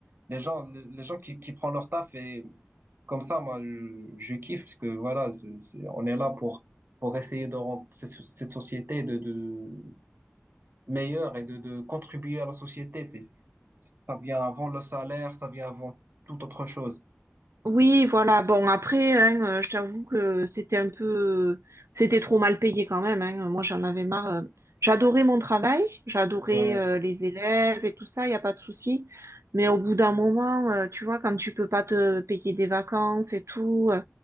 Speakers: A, on the right; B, on the right.
A: les gens, les les gens qui, qui prennent leur taf et comme ça, moi, je, je kiffe parce que voilà, c'est, c'est- on est là pour pour essayer de rendre cette, so- cette société de, de meilleure et de, de contribuer à la société. C'est, ça vient avant le salaire, ça vient avant toute autre chose.
B: Oui, voilà. Bon, après, hein, euh, je t'avoue que c'était un peu, c'était trop mal payé quand même. hein. Moi, j'en avais marre. euh. J'adorais mon travail, j'adorais
A: Ouais.
B: euh, les élèves et tout ça, il n'y a pas de souci. Mais au bout d'un moment, euh, tu vois, quand tu peux pas te payer des vacances et tout, euh,